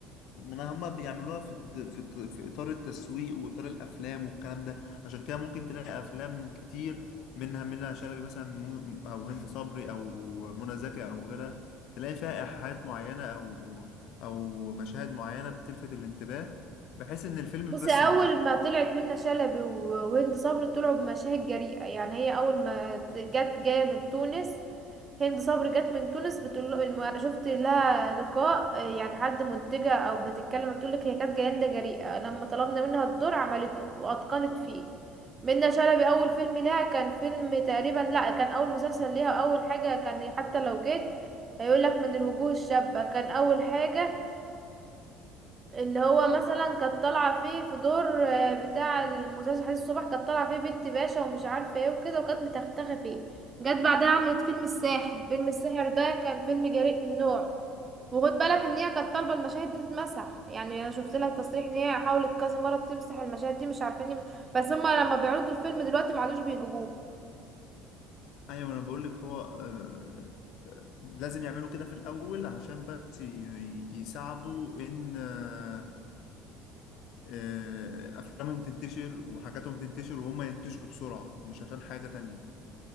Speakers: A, on the left; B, on the right.
A: انما هما بيعملوها في الد- في الط- في اطار التسويق واطار الافلام والكلام ده عشان كده ممكن تلاقي افلام كتير منها منها شلبي مثلا مو- او هند صبري او منى زكي او غيرها تلاقي فيها ايحاءات معينه او او مشاهد معينه بتلفت الانتباه بحيث ان الفيلم
B: بصي
A: بس
B: اول
A: ينتشر
B: ما طلعت منة شلبي و- وهند صبري طلعوا بمشاهد جريئة يعني هي اول ما ت- جت جاية من تونس هند صبري جت من تونس بتقول له الم- انا شفت لها لقاء آه، يعني حد منتجة او بتتكلم بتقول لك هي كانت جاية جريئة لما طلبنا منها الدور عملته واتقنت فيه منة شلبي اول فيلم لها كان فيلم تقريبا لا كان اول مسلسل ليها اول حاجة كان حتى لو جيت هيقول لك من الوجوه الشابة كان اول حاجة اللي هو مثلا كانت طالعه فيه في دور آه، بتاع المسلسل حديث الصبح كانت طالعه فيه بنت باشا ومش عارفه ايه وكده وكانت متختخه فيه جت بعدها عملت فيلم الساحر فيلم الساحر ده كان فيلم جريء من نوعه وخد بالك ان هي كانت طالبه المشاهد دي تتمسح يعني انا شفت لها تصريح ان هي حاولت كذا مره تمسح المشاهد دي مش عارفين يم- بس هما لما بيعرضوا الفيلم دلوقتي ما عادوش بيجيبوه
A: ايوه انا بقول لك هو آه، آه، لازم يعملوا كده في الاول عشان بس ي- ي- يساعدوا ان آه، آه، افلامهم تنتشر وحاجاتهم تنتشر وهم ينتشروا بسرعة مش عشان حاجة تانية